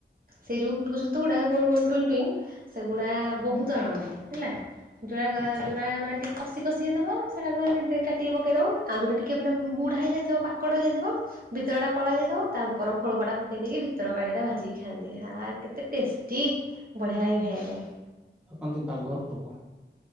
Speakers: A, on the right; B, in the centre.
A: ସେଇ ଯୋଉ ଉଟୁକ ଛତୁ ଗୁଡା ଗୋଲ ଗୋଲ ଟୁଇଁ ଟୁଇଁ, ସେଗୁଡା ବହୁତ ଆଣନ୍ତି ହେଲା। ଯୋରଗ,
B: ଆଚ୍ଛା
A: ଯୋରା-ଆ
B: ଆଚ୍ଛା।
A: ମାନେ ଟିଏ କଷି କଷି ହେଇଥବ, ସେଇଡାକ ଦି ଦି କାଟିକି ପକେଇ ଦେବ। ଆଉଯଉରା ଟିକେ ମାନେ ବୁଢ଼ା ହୋଇଯାଇଥିବ, ପାକଡ଼ ହେଇଯାଇଥିବ ଭିତଳଟା କଳା ହେଇଯାଇଥିବ ତା ଉପର ଖୋଳପଟା ପକେଇ ଦେଇକି ଭିତର କାଳିଆଟା ଭାଜିକି ଖାଆନ୍ତି ଆହା କେତେ ଟେଷ୍ଟି! ବଢିଆ ଲାଗେ, ଖାଇଆ ପାଇଁ।
B: ଆକନ୍ତି ତା ଘର ଟୁଗୁ